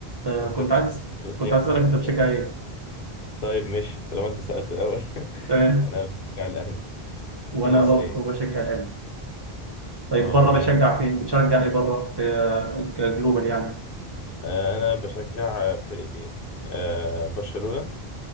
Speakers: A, on the right (about 30°); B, on the left (about 60°).
A: آه
B: انت
A: كنت
B: بتشجع
A: عايز
B: فريق
A: كنت
B: يا
A: عايز
B: احمد
A: اسالك انت
B: ف...
A: بتشجع ايه؟
B: طيب ماشي طالما انت سألت الاول <laughs>
A: تمام
B: انا بشجع الاهلي
A: وانا
B: في مصر
A: برضه
B: يعني
A: بشجع الاهلي طيب
B: اه
A: بره
B: جامد
A: بتشجع فين؟ بتشجع ايه بره في آه، كجلوبال يعني؟
B: آه، انا بشجع فرقتين آه، برشلونة